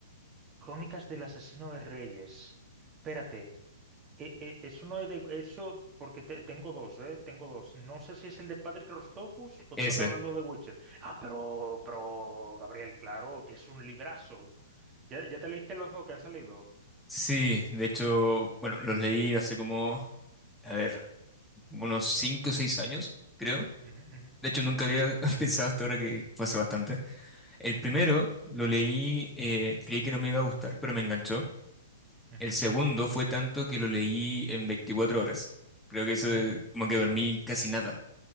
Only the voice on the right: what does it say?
Crónicas del asesino de Reyes. Espérate, e- e- eso no es de eso porque te- tengo dos, ¿eh? Tengo dos. No sé si es el de Patrick Rostofus o
tú me estás hablando de Witcher. Ah, pero, pero, Gabriel, claro, que es un librazo. ¿Ya, ya te leíste los dos que han salido?
Ujú, ujú,
ujú.
Em,
ujú,
ujú.
Me